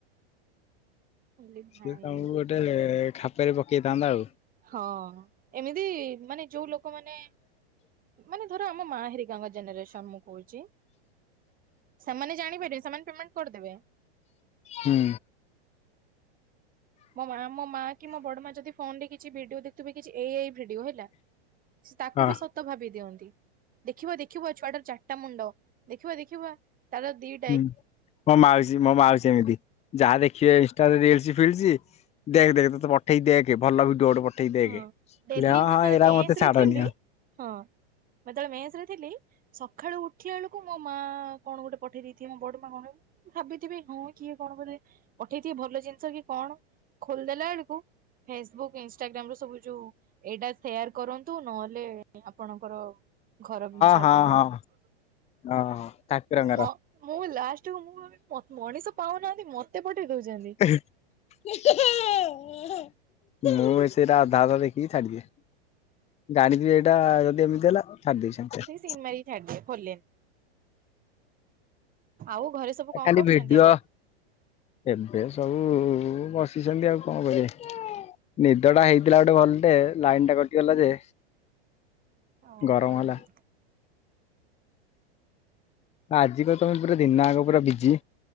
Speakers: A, on the right; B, on the left.
A: ମୁଁ କହିଲି ଭାଇ
B: ସିଏ ତମକୁ ଗୋଟେ ଖାପରେ ପକେଇଥାନ୍ତା ଆଉ।
A: ହଁ ଏମିତି ମାନେ ଯୋଉ ଲୋକମାନେ ମାନେ ଧର ଆମ ମା ହେରିକ କାଙ୍କ ଜେନେରେସନ ମୁଁ କୋହୁଚି ସେମାନେ ଜାଣିପାରିବେ ସେମାନେ ପେମେଣ୍ଟ କରିଦେବେ।
B: ହୁଁ।
A: ମୋ ମା ମୋ ମା କି ମୋ ବଡ ମା ଯଦି ଫୋନ ରେ କିଛି ଭିଡିଓ ଦେଖଥିବେ କିଛି ଏ ଆଇ ଭିଡିଓ ହେଲା। ସେ ତାକୁ
B: ହଁ
A: ବି ସତ ସତ ଭାବି ଦିଅନ୍ତି ଦେଖିବ ଦେଖିବ ଏଇ ଛୁଆଟାର ଚାର୍ଟାଟା ମୁଣ୍ଡ ଦେଖିବା ଦେଖିବା ତାର ଦିଇ
B: ହୁଁ ମୋ ମାଉସି ମୋ ମାଉସି ଏମିତି ଯାହା ଦେଖିବେ ତାର ରିଲ୍ସ ଫିଲ୍ସ ଦେଖ ଦେଖ ତତେ ପଠେଇ ଦେଖ ଭଲ ଭିଡିଓ ଗୋଟେ ପ ଠିକ ଦେକ
A: ହଁ ଡେଲି
B: ହଁ
A: ମୁଁ
B: ହଁ
A: ଯେତେବେଳେ
B: ହେରା
A: ମେସ
B: ମତେ
A: ରେ
B: ଛାଡ଼ନି
A: ଥିଲି
B: ଆଉ।
A: ହଁ ମୁଁ ଯେତୋବେଳେ ମେସ ରେ ଥିଲି। ସକାଳୁ ଉଠିବା ବେଳକୁ ମୋ ମା କଣ ଗୋଟେ ପଠେଇ ଦେଇଥିବ ମୋ ବଡ ମା କଣ ଭାବିଥିବି ହଁ କିଏ କଣ ବ ପଠେଇଥିବ ଭଲ ଜିନିଷ କି କଣ ଖୋଲିଦେଲା ଏଳକୁ ଫେସବୁକ୍ ଇନ ଷ୍ଟାଗ୍ରାମରୁ ସବୁ ଯୋଉ ଏଇଟା ସେୟାର କରନ୍ତୁ ନହେଲେ ଆପଣଙ୍କର ଚା ଘରବି ସର୍ବମ୍
B: ହଁ ହଁ ହଁ ହଁ ଠାକୁରଙ୍କର।
A: ମ। ମୁଁ ଲାଷ୍ଟକୁ ମୁଁ ମଣିଷ ପାଉନାହାନ୍ତି। ମତେ ପଠେଇ ଦଉଛନ୍ତି।
B: <inaudible> ମୁଁ ଏ ସେଇରା ଆଧା ଅଧା ଦେଖିକି ଛାଡିଦିଏ। ଗାଣିକ ଏଇଟା ଯଦି ଏମିତି ହେଲା ଛାଡିଦେବି ସାଙ୍ଗେ ସାଙ୍ଗେ।
A: ସିମ୍ ମାରିକି ଖାଇଦିଏ। ଖୋଲେ। ଆଉ ଘରେ ସବୁ କଣ
B: ଖାଲି
A: କରୁଛନ୍ତି
B: ଭିଡିଓ
A: ଏବେ?
B: ଏବେ ସବୁ ବସିଛନ୍ତି। ଆଉ କଣ କରିବେ? ନିଦଟା ହେଇଥିଲା ଗୋଟେ ଭଲଟେ। ଲାଇନ୍ ଟା କଟିଗଲା ଯେ
A: ଓହୋ
B: ଗରମ
A: ହଁ।
B: ହେଲା। ଆଜିିକା ତମେ ପୁରା ଦିନ ଆଗ ପୁରା ବିଜି।